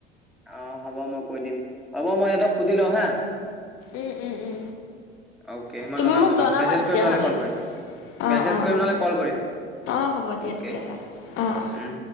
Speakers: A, in the centre; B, on the left.
A: অ', হ'ব মই কৈ দিম হ'ব মই ইহঁতক সুধি লওঁ হা
B: উ উ উ
A: অ'কে মই
B: তুমি
A: জনাম
B: মোক
A: তোমাক
B: জনাবা
A: মেছেজ
B: তেতিয়াহ'লে
A: কৰিম নহ'লে কল কৰিম
B: অ'
A: মেছেজ
B: অ'
A: কৰিম
B: অ'
A: নহ'লে কল কৰিম
B: অ' হ'ব দিয়া
A: অ'কে
B: তেতিয়াহ'লে অ' অ'
A: উম।